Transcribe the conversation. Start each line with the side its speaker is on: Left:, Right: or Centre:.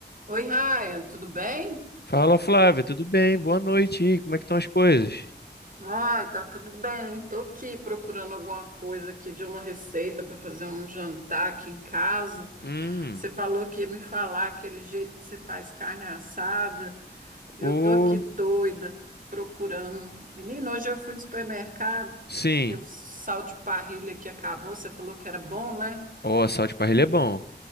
Right: Oi, Ryan, tudo bem?
Left: Fala, Flávia, tudo bem? Boa noite. E aí, como é que estão as coisas?
Right: Ai, tá tudo bem. Tô aqui procurando alguma coisa aqui de uma receita para fazer um jantar aqui em casa.
Left: Hum,
Right: Você falou que ia me falar aquele jeito que você faz carne assada. Eu
Left: o
Right: tô aqui doida procurando. Menino, hoje eu fui no supermercado,
Left: sim.
Right: que o sal de parrilha que acabou, você falou que era bom, né?
Left: O sal de parrilha é bom.